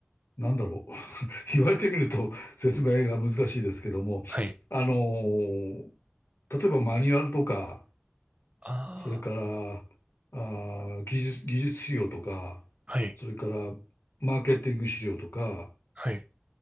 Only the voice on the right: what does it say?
はい。
あ
あ、はい、
はい、